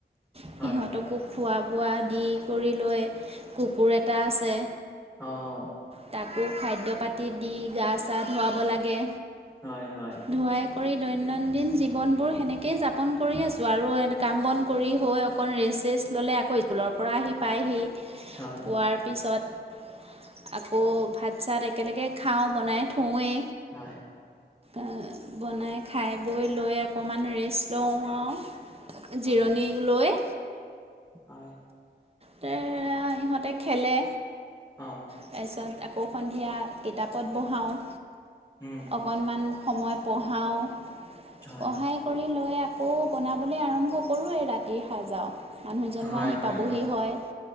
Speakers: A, on the right; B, on the left.
A: সিহঁতকো
B: হয়, হয়।
A: খোৱা বোৱা দি কৰি লৈ কুকুৰ এটা আছে।
B: অঁ'
A: তাকো খাদ্য পাতি দি গা চা ধুৱাব লাগে।
B: হয় হয়।
A: ধুঁৱাই কৰি দৈনন্দিন জীৱনবোৰ সেনেকেই যাপন কৰি আছোঁ। আৰু কাম বন- কৰি হৈ অকণ ৰেষ্ট চেষ্ট ল'লে আকৌ ইকুলৰ পৰা আহি পায় হি।
B: হয়।
A: শুৱাৰ পিছত আকৌ ভাত চাত একেলগে খাওঁ বনাই থৌৱে।
B: হয়।
A: অ বনাই খাই বৈ লৈ অকণমান ৰেষ্ট লওঁ আও।
B: অ',
A: জিৰণীক লৈ
B: হয়।
A: তে আ ইহঁতে খেলে।
B: অহ।
A: তাৰপিছত আকৌ সন্ধিয়া কিতাপত বহাও।
B: উম।
A: অকণমান সময় পঢ়াওঁ,
B: হয়।
A: পঢ়াই কৰি লৈ আকৌ বনাবলৈ আৰম্ভ কৰোঁৱেই ৰাতিৰ সাজাওঁ। মানুহজনো
B: হয়,
A: আহি
B: হয়,
A: পাবহি হয়।